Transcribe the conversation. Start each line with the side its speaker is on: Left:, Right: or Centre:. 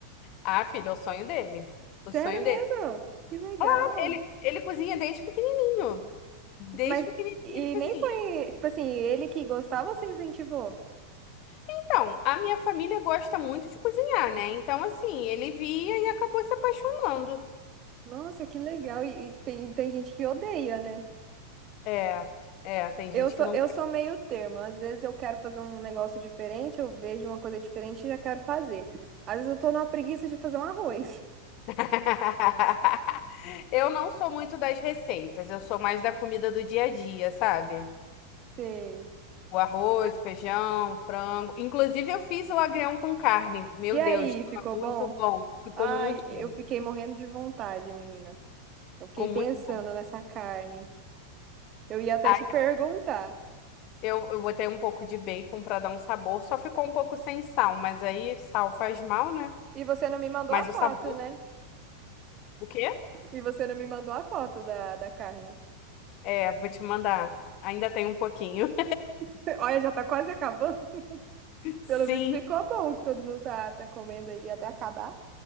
Left: Ah, filho, é o sonho dele. O
Right: Sério
Left: sonho
Right: mesmo?
Left: dele.
Right: Que legal.
Left: Claro, ele, ele cozinha desde pequenininho. Desde
Right: Mas,
Left: pequenininho
Right: e
Left: ele cozinha.
Right: nem foi, tipo assim, ele que gostava, você incentivou?
Left: Então, a minha família gosta muito de cozinhar, né? Então, assim, ele via e acabou se apaixonando.
Right: Nossa, que legal. E, e tem, tem gente que odeia, né?
Left: É, é, tem
Right: Eu
Left: gente
Right: sou,
Left: que não.
Right: eu sou meio termo. Às vezes eu quero fazer um negócio diferente, eu vejo uma coisa diferente e já quero fazer. Às vezes eu tô numa preguiça de fazer um arroz.
Left: <laughs> Eu não sou muito das receitas, eu sou mais da comida do dia a dia, sabe?
Right: <laughs> Sei.
Left: O arroz, feijão, frango. Inclusive, eu fiz o agrião com carne. Meu
Right: E aí,
Left: Deus, tava
Right: ficou
Left: muito
Right: bom?
Left: bom. Ficou
Right: Ai,
Left: muito
Right: eu
Left: bom.
Right: fiquei morrendo de vontade, menina. Eu fiquei
Left: Ficou
Right: pensando
Left: muito bom.
Right: nessa carne. Eu ia até
Left: Aí
Right: te perguntar.
Left: eu, eu botei um pouco de bacon para dar um sabor, só ficou um pouco sem sal, mas aí sal faz mal, né?
Right: E você não me mandou
Left: Mas
Right: a foto,
Left: o sabor,
Right: né?
Left: o quê?
Right: E você não me mandou a foto da, da carne.
Left: É, vou te mandar. Ainda tem um pouquinho.
Right: <laughs> Olha, já tá quase acabando.
Left: <laughs>
Right: Pelo
Left: Sim.
Right: visto, ficou bom que todo mundo tá, tá comendo aí até acabar.